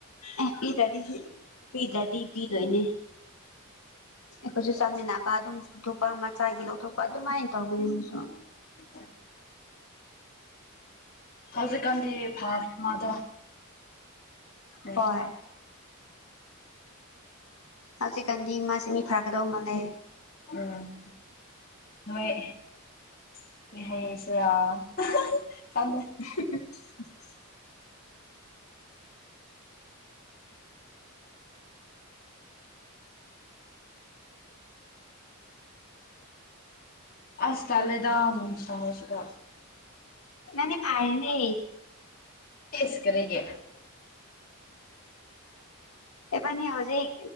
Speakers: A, on the left; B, on the left.
A: ꯑꯦ ꯄꯤꯗ꯭ꯔꯗꯤ ꯁꯤ ꯄꯤꯗ꯭ꯔꯗꯤ ꯄꯤꯗꯣꯏꯅꯦ ꯑꯩꯈꯣꯏꯁꯨ ꯆꯥꯃꯤꯟꯅꯕ ꯑꯗꯨꯝ ꯊꯄꯥ ꯑꯃ ꯃꯆꯥꯒꯤꯗꯣ ꯊꯣꯛꯄ ꯑꯗꯨꯃꯥꯏꯅ ꯇꯧꯕꯅꯦ ꯃꯣꯢꯁꯨ
B: ꯑ ꯍꯧꯖꯤꯛꯀꯥꯟꯗꯤ ꯐꯥꯁ ꯃꯥꯗꯣ ꯎꯝ
A: ꯍꯣꯏ ꯍꯧꯖꯤꯛꯀꯥꯟꯗꯤ ꯃꯥꯁꯤ ꯃꯤ ꯐꯔꯛꯀꯗꯧ ꯃꯥꯟꯗꯦ
B: ꯎꯝ ꯍꯣꯏ <unintelligible>
A: <inaudible>
B: ꯑꯁ ꯇꯜꯂꯦꯗ ꯅꯨꯡꯁꯥꯁꯤꯗ
A: ꯃꯤ ꯐꯥꯏꯅꯦ
B: ꯏꯁ ꯀꯔꯤꯒꯤ
A: ꯏꯕꯥꯅꯤ ꯍꯧꯖꯤꯛ